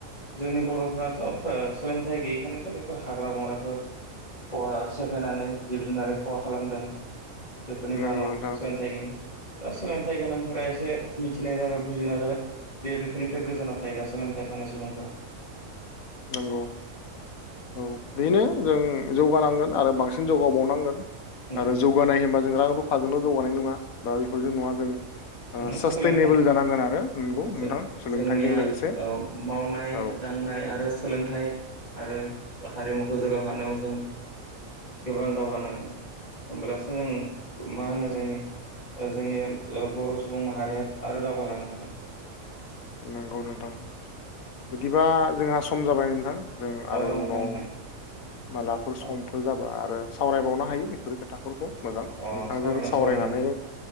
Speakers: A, on the left; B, on the left.
A: जोंनि बर'फ्राथ' ओ सोलोंथाइ गै यिखायनोथ' बेफोर हाग्रा बंग्राखो खहा सेफायनानै जिब जुनार खहा खालामदों। बेफोरनि
B: नंगौ
A: जाहोनाव
B: नोंथां
A: सोलोंथाइ गैयिनि दा सोलोंथाइ गोनांफोरा एसे मिथिनाय जाबाय बुजिनाय जाबाय बे बेफोरनिफ्राय गोजानाव थायो दा सोलोंथाइ थानाय सुबुंफोरा।
B: नोंगौ। औ बेनो जों जौगानांगोन आरो बांसिन जौगाबावनांगोन
A: नंगौ
B: आरो जौगानाय होनबा जों रां रु फाजोंल' जौगानाय नङा बा बेफोरजों नङा जों
A: ओ
B: सासटेनेबोल
A: सोलोंथाइ
B: जानांगोन आरो नंगौ
A: जों
B: नोंथां सोलोंथाइजों
A: जोंनिया
B: लोगोसे
A: ओ मावनाय
B: औ
A: दांनाय आरो सोलोंथाइ आरो हारिमुखौ जौगाहोनाव जों गोबां दावगानांगोन होमब्लासो जों मा होनो जोंनि ओ जोंनि ओ बर' सुबुं माहारिया आरो दावगालांनो हागोन।
B: नंगौ नोंथां बिदिबा जोंहा सम जाबाय नोंथां। जों आरो
A: अ नोंथां
B: उनाव
A: नोंथां
B: मालाफोर समफोर
A: अ
B: जाबा आरो सावरायबावनो हायो बेफोर खोथाफोरखौ मोजां
A: अ
B: नोंथांजों
A: सावरायगोन
B: सावरायनानै
A: सावरायगोन नोंथां